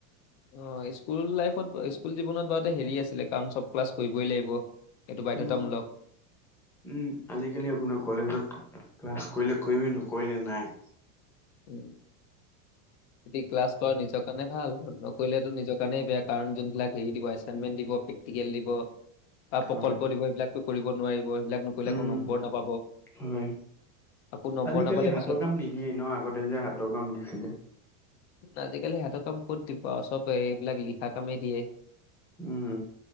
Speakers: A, on the left; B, in the centre.
A: অ স্কুল লাইফত স্কুল জীৱনত বাৰু হেৰিয়ে আছিলে, কাৰণ চব ক্লাছ কৰিবই লাগিব। এইটো বাধ্যতামূলক
B: উম উম আজিকালি আপোনাৰ কলেজত ক্লাছ কৰিলে কৰিবি নকৰিলে নাই।
A: উম। যদি ক্লাছ কৰ নিজৰ কাৰণে ভাল, নকৰিলেটো নিজৰ কাৰণেই বেয়া, কাৰণ যোনবিলাক হেৰি দিব এচাইনমেণ্ট দিব প্ৰেক্টিকেল দিব। প্ৰকল্প
B: হয়।
A: দিব সেইবিলাকতো কৰিব নোৱাৰিব সেইবিলাক নকৰিলে
B: উম,
A: একো নম্বৰ নাপাব।
B: হয়।
A: আকৌ নম্বৰ
B: আজিকালি
A: নাপালে
B: হাতৰ
A: পিছত
B: কাম নিদিয়ে ন আগতে যে হাতৰ কাম দিছিলে।
A: আজিকালি হাতৰ কাম ক'ত দিবা চব এইবিলাক লিখা কামেই দিয়ে।
B: উম